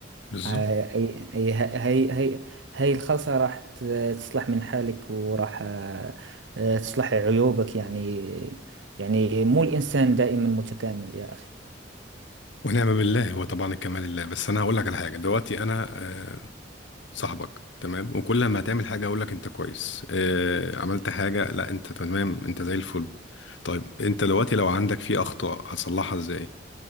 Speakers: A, on the left; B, on the right.
A: بالظبط
B: هاي هاي هاي هاي هاي الخلطة راح ت- تصلح من حالك وراح آه، آه، تصلح عيوبك يعني يعني مو الإنسان دائما متكامل يا أخي
A: ونعم بالله هو طبعا الكمال لله بس أنا هقول لك على حاجة دلوقتي أنا آه، صاحبك تمام وكل ما هتعمل حاجة أقول لك أنت كويس آه، عملت حاجة لا أنت تمام أنت زي الفل طيب أنت دلوقتي لو عندك في أخطاء هتصلحها إزاي